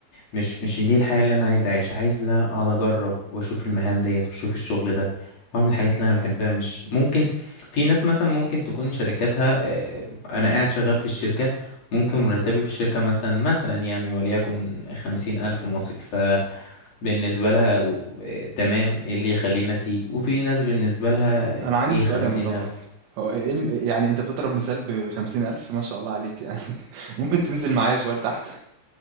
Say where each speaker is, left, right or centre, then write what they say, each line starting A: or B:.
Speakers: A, on the left (about 55°); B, on the right (about 80°).
A: مش مش دي الحياه اللي انا عايز اعيشها عايز لا اقعد اجرب واشوف المهام ديت واشوف الشغل ده واعمل الحاجات اللي انا بحبها مش ممكن في ناس مثلا ممكن تكون شركاتها آه، آه، انا قاعد شغال في الشركه ممكن مرتبي في الشركه مثلا مثلا يعني وليكن خمسين الف مصري فبالنسبه لها و- آه، تمام ايه اللي يخليني اسيب وفي ناس بالنسبه لها
B: انا
A: آه،
B: عندي
A: ايه
B: سؤال
A: خمسين
B: يا مصطفى
A: الف
B: هو ايه الم... يعني انت بتضرب مثال بخمسين الف ما شاء الله عليك يعني <laughs> ممكن تنزل معايا شويه لتحت